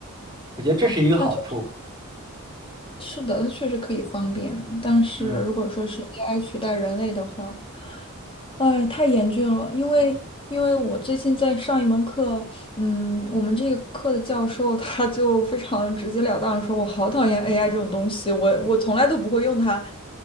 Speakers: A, on the right; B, on the left.
A: 我觉得这是一个好处。
B: 他确是的，它确实可以方便，但是如果说是
A: 嗯。
B: AI 取代人类的话，哎，太严峻了。因为因为我最近在上一门课，嗯，我们这个课的教授他就非常直截了当地说，我好讨厌 AI 这种东西，我我从来都不会用它，